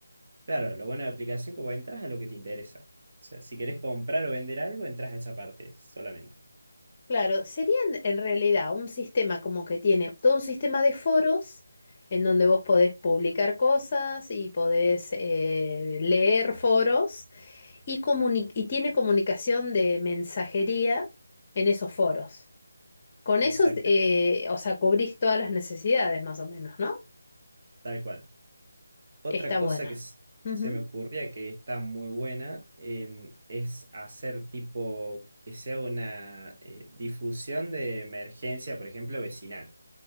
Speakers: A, on the right; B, on the left.
A: claro, lo bueno de la aplicación, como entras a lo que te interesa. O sea, si querés comprar o vender algo, entras a esa parte solamente.
B: Claro, serían en realidad un sistema como que tiene todo un sistema de foros en donde vos podés publicar cosas y podés eh, leer foros y, comuni- y tiene comunicación de mensajería en esos foros. Con
A: Exactamente,
B: eso, eh, o sea, cubrís todas las necesidades más o menos, ¿no?
A: tal cual. Otra
B: Está
A: cosa
B: bueno.
A: que s-
B: Ujú,
A: se me ocurría que está muy buena eh, es hacer tipo que sea una eh, difusión de emergencia, por ejemplo, vecinal.